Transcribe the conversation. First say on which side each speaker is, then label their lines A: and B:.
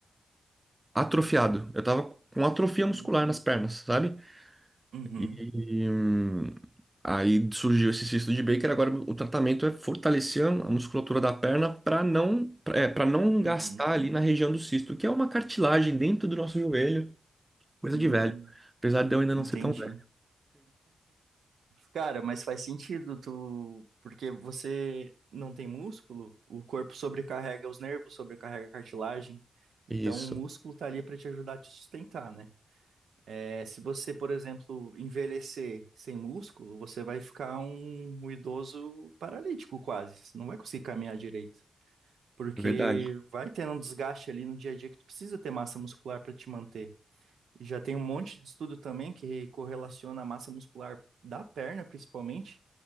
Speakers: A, on the right; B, on the right.
A: atrofiado. Eu tava com atrofia
B: Hum.
A: muscular nas pernas, sabe?
B: Uhum.
A: E, hum, aí surgiu esse cisto de Baker. Agora o tratamento é fortalecer a musculatura da perna para não, para não
B: Uhum.
A: gastar ali na região do cisto, que é uma cartilagem dentro do nosso joelho Coisa
B: Hum.
A: de velho. Apesar de eu ainda não
B: Entendi.
A: ser tão velho.
B: Cara, mas faz sentido tu, porque você não tem músculo, o corpo sobrecarrega os nervos, sobrecarrega a cartilagem.
A: Isso,
B: Então o músculo tá ali pra te ajudar a te sustentar, né? É, se você, por exemplo, envelhecer sem músculo, você vai ficar um, um idoso paralítico quase. Você não vai conseguir caminhar direito, porque
A: verdade.
B: vai tendo um desgaste ali no dia a dia que tu precisa ter massa muscular pra te manter. E Já tem um monte de estudo também que correlaciona a massa muscular da perna, principalmente